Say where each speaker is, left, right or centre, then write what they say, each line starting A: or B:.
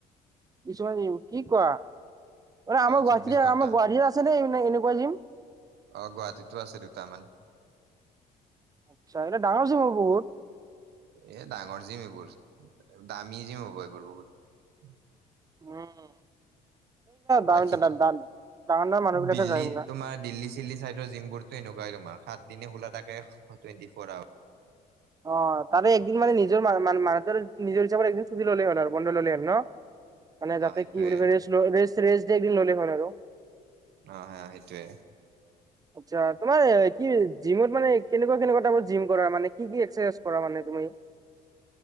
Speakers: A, on the right; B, on the right.
A: কিছুমান জিম, কি কোৱা? অ', আমাৰ
B: চৌবিশ
A: গুৱাহাটিতে,
B: ঘন্টা
A: আমাৰ গুৱাহাটিতে আছে নে এনেকুৱা জিম?
B: অ', গুৱাহাটীতো আছে দুটামান।
A: আচ্ছা, এটা ডাঙৰ জিম হব বহুত।
B: এ, ডাঙৰ জিম এইবোৰ, দামী জিম হ'ব এইবোৰ বহুত।
A: উম। <unintelligible> ডাঙৰ
B: বাকী
A: ডাঙৰ মানুহ বিলাকে
B: দিল্লী
A: যায় বিলা।
B: তোমাৰ দিল্লী চিল্লী ছাইডৰ জিমবোৰটো এনেকুৱাই তোমাৰ, সাতদিনে খোলা থাকে টুৱেণ্টি ফ'ৰ আৱাৰ।
A: অ', তাৰে একদিন মানে নিজৰ মানুহতৰ নিজৰ হিচাপত একদিন চুটি ললেই হ'ল আৰু বন্ধ ললে হ'ল ন। মানে
B: অ
A: যাতে
B: সেইটোয়ে
A: কি বুলি কয়, ৰেষ্ট, ৰেষ্ট ডে একদিন ল'লে হ আৰু
B: অ', হা, সেইটোৱে।
A: আচ্ছা, তোমাৰ কি জিমত মানে কেনেকুৱা কেনেকুৱা টাইপত জিম কৰা মানে, কি কি এক্সাৰচাইজ কৰা মানে তুমি?